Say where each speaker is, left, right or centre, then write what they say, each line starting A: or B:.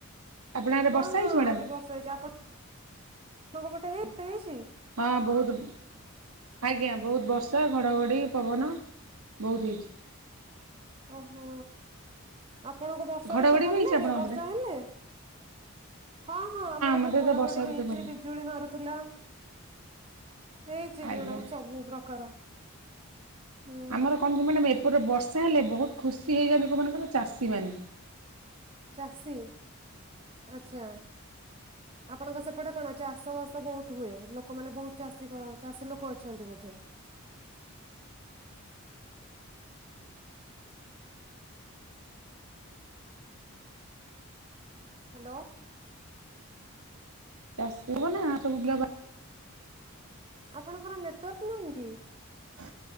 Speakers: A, on the right; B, on the right.
A: ଆପଣଙ୍କ ଆଡ଼େ
B: ହଁ
A: ବର୍ଷା
B: ହଁ
A: ହେଇଛି ମ୍ୟାଡ଼ାମ
B: ଆଜି ବର୍ଷା ହେଇଛି ଆପଣ ଅନାଙ୍କ ପଟେ ହେଇଛି ହେଇଛି?
A: ହଁ ବହୁତ ଆଜ୍ଞା ବହୁତ ବର୍ଷା ଘଡ଼ଘଡ଼ି ପବନ ବହୁତ ହେଇଛି।
B: ଓ ହୋ ଆପଣଙ୍କୁ ବର୍ଷା
A: ଘଡ଼ଘଡ଼ି
B: ଋତୁ ଭଲ
A: ବି ହେଇଛି
B: ଲାଗେ
A: ଆପଣଙ୍କ
B: ବର୍ଷା
A: ପଟେ
B: ହେଲେ। ହଁ ହଁ ଆମର
A: ମୋତେ
B: ବି ଘଡଘଡି
A: ତ ବର୍ଷା ଋତୁ
B: ହେଇଛି
A: ଭଲ
B: ବି ବିଜୁଳି ମାରୁଥିଲା ହେଇଛି
A: ଆଜ୍ଞା
B: ମ୍ୟାଡାମ ସବୁ ପ୍ରକାର। ହୁଁ
A: ଆମର କଣ ମାନେ ଏପଟରେ ବର୍ଷା ହେଲେ ବହୁତ ଖୁସି ହେଇଯାଛନ୍ତି କଉମାନେ କହିଲ ଚାଷୀମାନେ।
B: ଚାଷୀ ଆଛା
A: ହ
B: ଆପଣଙ୍କ ସେପଟେ କଣ ଚାଷ ବାସ ବହୁତ ହୁଏ ଲୋକମାନେ ବହୁତ ଚାଷୀ ଚାଷୀ ଲୋକ ଅଛନ୍ତି ବୋଧେ? ହ୍ୟାଲୋ।
A: ଚାଷୀ ହବ ନା ସବୁ ବିଲ ବା
B: ଆପଣଙ୍କର ନେଟୱାର୍କ ନାହିଁ କି?
A: ହ